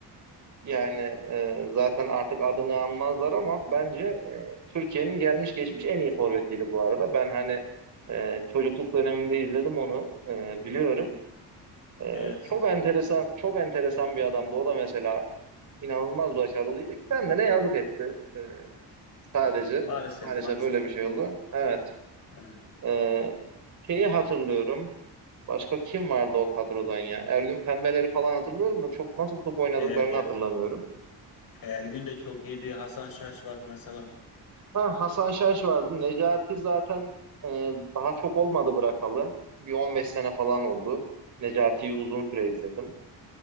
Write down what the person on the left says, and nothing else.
evet.
Maalesef,
maalesef.
Evet,
evet. evet.
Ergün de çok iyiydi. Hasan Şaş vardı mesela.